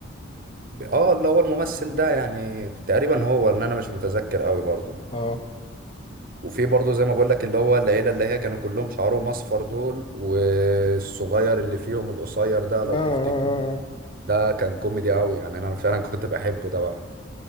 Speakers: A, on the right; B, on the left.
A: اه اللي هو الممثل ده يعني تقريبا هو ان انا مش متذكر قوي برضه
B: اه
A: وفي برضه زي ما بقول لك اللي هو العيله اللي هي كانوا كلهم شعرهم اصفر دول والصغير اللي فيهم القصير ده لو
B: اه آه،
A: تفتكر
B: آه.
A: ده كان كوميدي قوي يعني انا فعلا كنت بحبه ده بقى